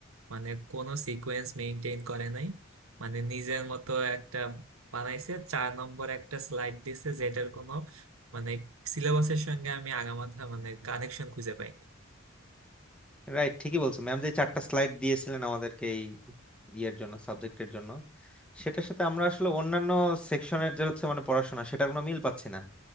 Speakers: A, on the right (about 85°); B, in the centre.
A: মানে কোনো সিকোয়েন্স মেনটেন করে নাই মানে নিজের মতো একটা বানাইছে চার নম্বর একটা স্লাইড দিছে যেটার কোনো মানে সিলেবাসের সঙ্গে আমি আগামাথা মানে কানেকশন খুঁজে পাইনি
B: রাইট ঠিকই বলছো ম্যাম যে চারটা স্লাইড দিয়েছিলেন আমাদেরকে এই ইয়ের জন্য সাবজেক্টের জন্য সেটার সাথে আমরা আসলে অন্যান্য সেকশনের যে হচ্ছে মানে পড়াশোনা সেটার কোনো মিল পাচ্ছি না